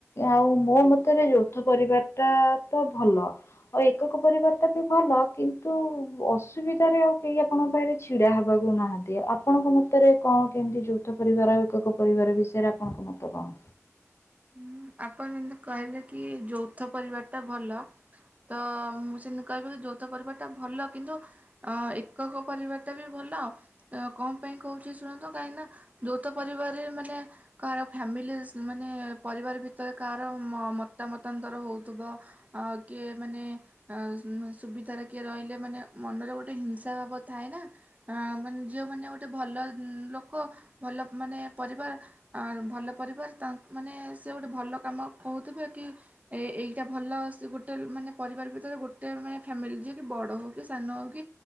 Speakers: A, on the left; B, on the right.
A: ଆଉ ମୋ ମତରେ ଯୌଥ ପରିବାର ଟା ତ ଭଲ ଆଉ ଏକକ ପରିବାର ଟା ବି ଭଲ କିନ୍ତୁ ଅସୁବିଧାରେ ଆଉ କେହି ଆପଣଙ୍କ ପାଖରେ ଛିଡା ହବାକୁ ନାହାନ୍ତି ଆପଣଙ୍କ ମତରେ କଣ କେମିତି ଯୌଥ ପରିବାର ଆଉ ଏକକ ପରିବାର ବିଷୟରେ ଆପଣଙ୍କ ମତ କଣ?
B: ହଁ ଆପଣ ଯେମିତି କହିଲେ କି ଯୌଥ ପରିବାରଟା ଭଲ ତ ମୁଁ ସେମିତି କହିବି ଯୌଥ ପରିବାରଟା ଭଲ କିନ୍ତୁ ଏକକ ପରିବାରଟା ବି ଭଲ କଣ ପାଇଁ କହୁଛି ଶୁଣନ୍ତୁ କାହିଁକିନା ଯୌଥ ପରିବାରରେ ମାନେ କାହାର ଫ୍ୟାମିଲି ମାନେ ପରିବାର ଭିତରେ କାହାର ମତାମତାନ୍ତର ହେଉଥିବ ଆ କିଏ ମାନେ ମାନ ସୁବିଧାରେ କିଏ ରହିଲେ ମାନେ ମନରେ ଗୋଟେ ହିଂସା ଭାବ ଥାଏ ନା ମାନେ ଝିଅମାନେ ଗୋଟେ ଭଲ ଲୋକ ଭଲ ମାନେ ପରିବାର ଭଲ ପରିବାର ତାଙ୍କ ମାନେ ସେ ଗୋଟେ ଭଲ କାମ କହୁଥିବେ କି ଏ ଏଇଟା ଭଲ ସେ ଗୋଟେ ମାନେ ପରିବାର ଭିତରେ ଗୋଟେ ମାନେ ଫ୍ୟାମିଲି ଯିଏକ ବଡ଼ ହେଉ କି ସାନ ହେଉ କି